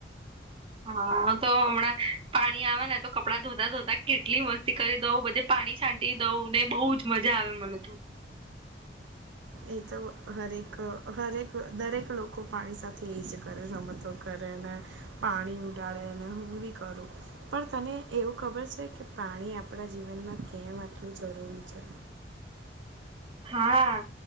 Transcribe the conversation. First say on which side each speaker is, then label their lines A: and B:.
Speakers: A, on the right; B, on the right.
A: હા તો હમણાં પાણી આવે ને તો કપડાં ધોતા ધોતા કેટલી મસ્ત થી કરી દઉં બધે પાણી છાંટી દઉં ને બહુ જ મજા આવે મને તો
B: એ તો હરેક હરેક દરેક લોકો પાણી સાથે એ જ કરે રમતો કરે ને પાણી ઉડાડે ને હું બી કરું પણ તને એવું ખબર છે કે પાણી આપડા જીવનમાં કેમ આટલું જરૂરી છે.
A: હા.